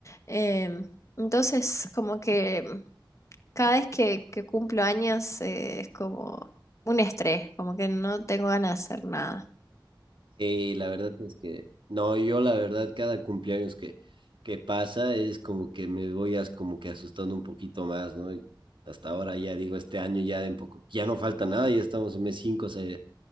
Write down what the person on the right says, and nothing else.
Sí, la verdad es que no, yo la verdad cada cumpleaños que, que pasa es como que me voy as- como que asustando un poquito más, ¿no? Y hasta ahora ya digo, este año ya en poco, ya no falta nada, ya estamos en mes 5 o sea,